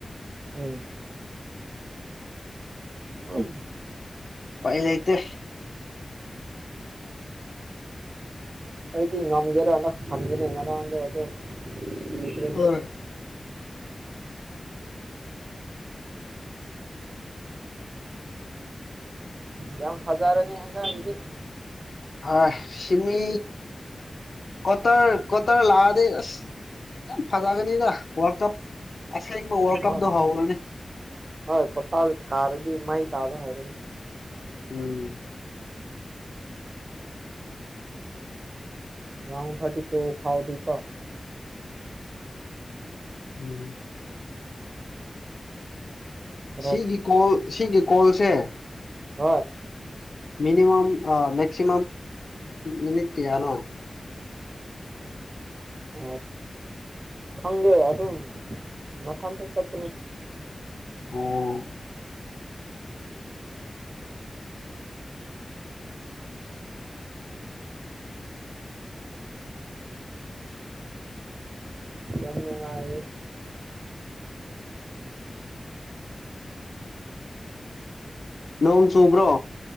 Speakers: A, on the right; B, on the left.
A: ꯎꯝ ꯎꯝ
B: ꯄꯥꯏ ꯂꯩꯇꯦ
A: ꯑꯩꯗꯤ ꯉꯝꯒꯦꯔꯥꯅ ꯈꯟꯕꯅꯦ ꯉꯔꯥꯡꯗꯣ ꯑꯗꯨ ꯁꯤꯈꯔ꯭ꯦ
B: ꯍꯣꯏ
A: ꯌꯥꯝ ꯐꯖꯥꯔꯅꯤ ꯍꯟꯗꯅꯗꯤ
B: ꯑ ꯁꯤꯃꯤ ꯀꯣꯇꯔ ꯀꯣꯇꯔ ꯂꯛꯑꯗꯤ ꯑꯁ ꯌꯥꯝ ꯐꯖꯒꯅꯤꯅ ꯋꯥꯔꯜ ꯀꯞ ꯑꯁꯦꯡꯕ ꯋꯥꯔꯜ ꯀꯞꯇꯣ
A: ꯍꯣꯏ
B: ꯍꯧꯔꯅꯤ
A: ꯍꯣꯏ ꯀꯣꯇꯥ ꯀꯥꯔꯗꯤ ꯃꯩ ꯇꯥꯕ ꯍꯧꯔꯅꯤ
B: ꯎꯝ
A: ꯔꯥꯎꯟ ꯊꯥꯔꯇꯤꯇꯨ ꯐꯥꯎꯗꯤ ꯀꯣ
B: ꯎꯝ
A: ꯈꯔ
B: ꯁꯤꯒꯤ ꯀꯣꯜ ꯁꯤꯒꯤ ꯀꯣꯜꯁꯦ
A: ꯍꯣꯏ
B: ꯃꯅꯤꯃꯝ ꯃꯦꯛꯁꯤ ꯃꯤꯅꯤꯠ ꯀꯌꯥꯅꯣ
A: ꯑꯣ ꯈꯪꯗꯦ ꯑꯗꯨꯝ ꯃꯊꯟꯇ ꯆꯠꯄꯥꯅꯤ
B: ꯑꯣ
A: ꯌꯥꯝ ꯅꯨꯡꯉꯥꯏ
B: ꯅꯣꯡ ꯆꯨꯕ꯭ꯔꯣ